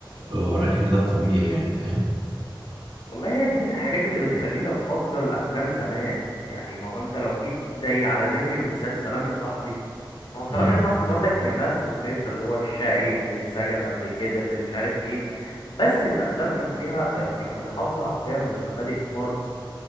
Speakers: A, on the right; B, on the left.
A: آه، وراك ان ده الطبيعي يعني فاهم
B: والله هي دي من الحاجات اللي بتخليني افضل افلام زمان يعني ما هو انت لو جيت زي على ذكر المثال سلام يا صاحبي هو سلام
A: امم
B: يا صاحبي برضك كان نفس الفكرة اللي هو الشقي اللي اتسجن قبل كده اللي مش عارف ايه بس الافلام كان فيها آه، بي- كانوا بيحافظوا على القيم والمبادئ برضه